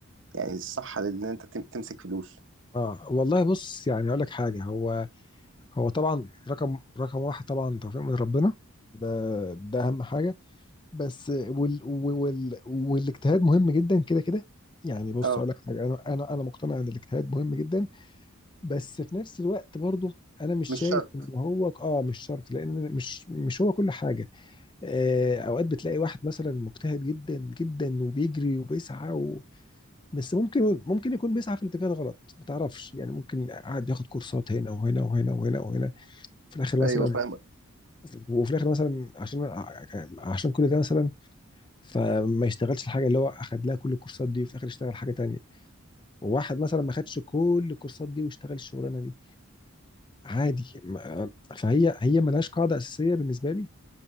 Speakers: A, on the right (about 60°); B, on the left (about 20°).
A: يعني الصح ان انت تم... تمسك فلوس
B: اه والله بص يعني اقول لك حاجه هو هو طبعا رقم رقم واحد طبعا توفيق من ربنا ده ده اهم حاجه بس وال وال والاجتهاد مهم جدا كده كده يعني بص
A: اه
B: اقول لك حاجه انا انا انا مقتنع ان الاجتهاد مهم جدا بس في نفس الوقت برضه انا مش
A: مش
B: شايف
A: شرط
B: ان هو اه مش شرط لان مش مش هو كل حاجه آه، اوقات بتلاقي واحد مثلا مجتهد جدا جدا وبيجري وبيسعى و... بس ممكن ممكن يكون بيسعى في الاتجاه الغلط ما تعرفش يعني ممكن قاعد ياخد كورسات هنا وهنا وهنا وهنا وهنا في الاخر
A: ايوه
B: مثلا
A: فاهمك
B: وفي الاخر مثلا عشان عشان كل ده مثلا فما يشتغلش الحاجه اللي هو اخد لها كل الكورسات دي وفي الاخر يشتغل حاجه تانية وواحد مثلا ما خدش كل الكورسات دي واشتغل الشغلانه دي عادي ما- فهي هي ملهاش قاعده اساسيه بالنسبه لي